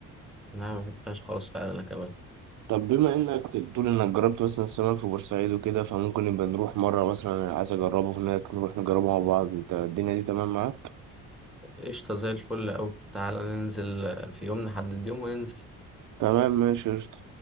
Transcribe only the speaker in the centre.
لا ما بحبهاش خالص فعلا انا كمان
قشطه زي الفل اوي تعالى ننزل في يوم نحدد يوم وننزل